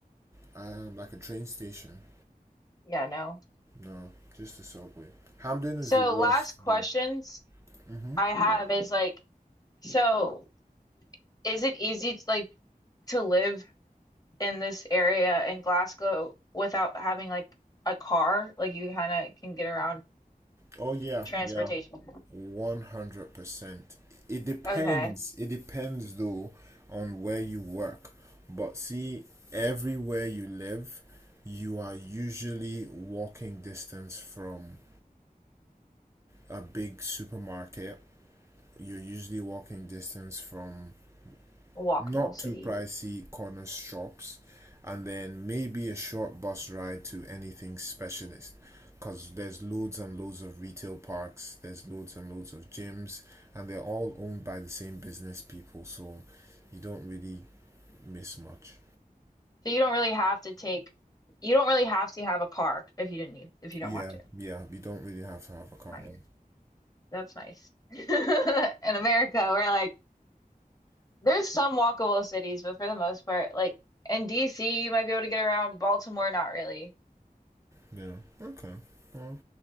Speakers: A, on the right; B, on the left.
A: Um, like a train station.
B: Yeah, no.
A: No, just the subway. Hamden is
B: So
A: the worst
B: last questions
A: though. Mm-hmm.
B: I have is like, so is it easy to like to live in this area in Glasgow without having like a car. Like you kind of can get around
A: Oh yeah,
B: transportation.
A: yeah. 100%. It depends.
B: Okay,
A: It depends though on where you work. But see, everywhere you live, you are usually walking distance from a big supermarket. You're usually walking distance from
B: walkable
A: not
B: city.
A: too pricey corner shops, and then maybe a short bus ride to anything specialist. Because there's loads and loads of retail parks, there's loads and loads of gyms, and they're all owned by the same business people, so you don't really miss much.
B: So you don't really have to take, you don't really have to have a car if you didn't need, if you don't
A: Yeah,
B: want to.
A: yeah, you don't really have to have a car
B: Nice.
A: now.
B: That's nice. <laughs> In America, we're like, there's some walkable cities, but for the most part, like in DC, you might be able to get around. Baltimore, not really.
A: Yeah, okay. Well,